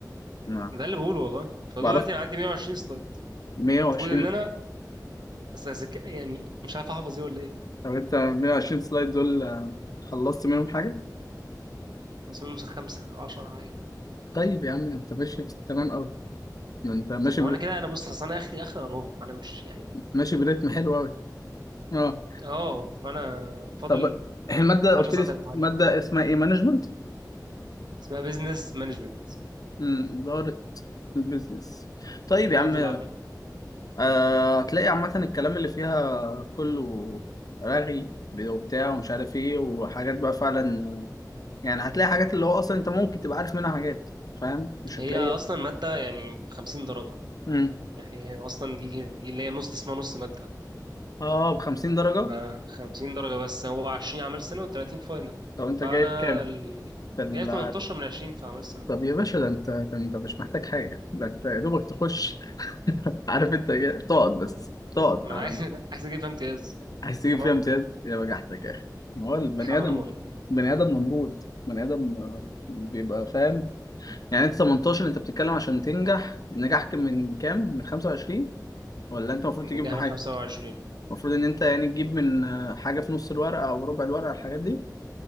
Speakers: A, on the left (about 55°); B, on the right (about 80°).
A: ما
B: ده اللي بقوله والله فدلوقتي
A: بعرف
B: انا عندي 120 سلايد
A: 120
B: المفروض ان انا بس هذاك- يعني مش عارف احفظ ايه ولا ايه
A: طب انت 120 سلايد دول آه، خلصت منهم حاجة؟
B: بس هم خمسه 10 حاجه كده
A: طيب يا عم ده انت ماشي في التمام قوي ده انت ماشي
B: طب ما
A: بر...
B: هو انا كده انا بص اصل انا اخري اخر اقراهم انا مش يعني
A: ماشي بريتم حلو قوي اه
B: اه فانا فاضل
A: طب المادة
B: 10
A: قلت
B: ساعات
A: لي
B: امتحان
A: مادة اسمها ايه مانجمنت؟
B: اسمها بيزنس مانجمنت
A: إدارة البيزنس طيب
B: إدارة
A: يا عم
B: الأعمال
A: آه، هتلاقي عامة الكلام اللي فيها كله رغي وبتاع ومش عارف ايه وحاجات بقى فعلا يعني هتلاقي حاجات اللي هو اصلا انت ممكن تبقى عارف منها حاجات فاهم مش
B: هي
A: هتلاقي
B: أصلا مادة يعني 50 درجة
A: مم.
B: يعني هي أصلا دي دي اللي هي نص اسمها نص مادة
A: اه ب 50 درجة
B: ف 50 درجة بس هو 20 أعمال سنة و30 فاينل
A: طب انت
B: فأنا
A: جايب كام
B: ال...
A: في ال-
B: جايب 18 من 20 في أعمال السنة
A: طب يا باشا ده انت ده انت مش محتاج حاجة ده انت يا دوبك تخش <laughs> عارف انت جاي- تقعد بس تقعد
B: ما
A: على
B: أنا عايز <laughs> عايز أجيب فيها امتياز
A: عايز تجيب
B: حرام
A: فيها امتياز يا بجحتك يا اخي ما هو البني
B: حرام
A: ادم
B: والله
A: بني ادم نمرود بني ادم آه، بيبقى فاهم يعني انت 18 انت بتتكلم عشان تنجح نجاح كان من كام من 25 ولا انت المفروض
B: إن
A: تجيب
B: جاي
A: حاجة
B: من 25
A: المفروض ان انت يعني تجيب من آه، حاجة في نص الورقة او ربع الورقة الحاجات دي